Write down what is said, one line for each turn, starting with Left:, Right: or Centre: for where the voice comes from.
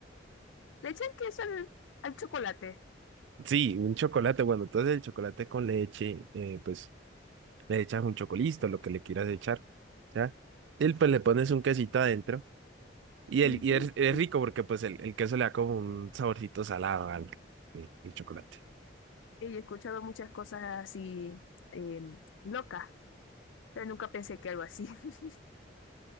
Left: ¿Le echan queso al, al chocolate?
Right: Sí, un chocolate, bueno, entonces el chocolate con leche, eh, pues le echas un chocolito, lo que le quieras echar, ¿ya? Y pues le pones un quesito adentro. Y,
Left: <laughs>
Right: el, y es, es rico porque pues el, el queso le da como un saborcito salado al, al- chocolate.
Left: Y he escuchado muchas cosas así, eh, locas. Pero nunca pensé que algo así. <laughs>